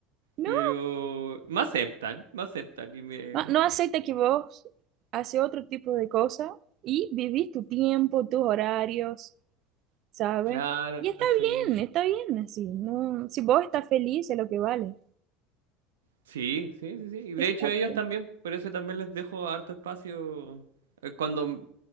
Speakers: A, on the right; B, on the right.
A: no,
B: pero me aceptan, me aceptan y me...
A: no, no acepta que vos haces otro tipo de cosas y vivís tu tiempo, tus horarios, ¿sabes?
B: Claro,
A: Y está
B: sí.
A: bien, está bien así, ¿no? Si vos estás feliz es lo que vale.
B: Sí, sí, sí, sí. Y de
A: Exacto.
B: hecho ellos también, por eso también les dejo harto espacio. Eh, Cuando,